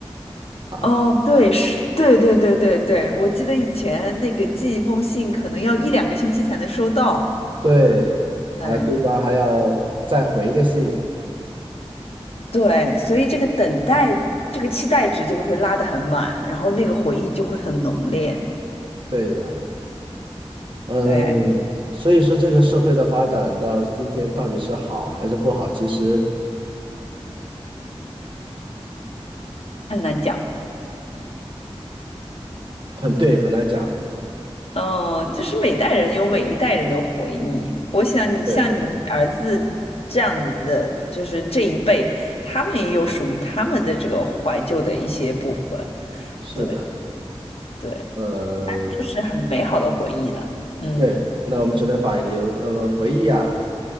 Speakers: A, on the right (about 50°); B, on the left (about 65°).
A: 啊，
B: 哦，对，是，对对对对对，我记得以前那个寄一封信可能要一两个星期才能收到。
A: 对，啊，
B: 哎，
A: 对方还要再回个信，
B: 对，所以这个等待，这个期待值就会拉得很满，然后那个回忆就会很浓烈。
A: 对的，嗯，
B: 对，
A: 所以说这个社会的发展到今天到底是好还是不好，其实
B: 很难讲。
A: 很对，很难讲。
B: 嗯，就是每代人有每一代人的回忆。我想你像你儿子这样的，
A: 对，
B: 就是这一辈，他们也有属于他们的这个怀旧的一些部分。
A: 是的，
B: 对对，
A: 嗯，
B: 就是很美好的回忆了。嗯
A: 对，那我们只能把留呃回忆啊，